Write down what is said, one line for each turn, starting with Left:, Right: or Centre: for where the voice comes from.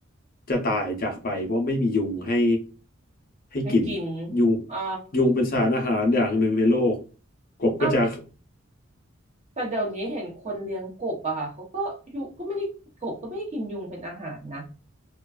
Left: จะตายจากไปเพราะไม่มียุงให้ให้กิน
Right: ให้กิน
Left: ยุง
Right: อ่า
Left: ยุงเป็นสารอาหารอย่างหนึ่งในโลกกบก็จะ
Right: อ้าวแต่เดี๋ยวนี้เห็นคนเลี้ยงกบอะค่ะเขาก็ยุงก็ไม่ได้กบก็ไม่ได้กินยุงเป็นอาหารนะ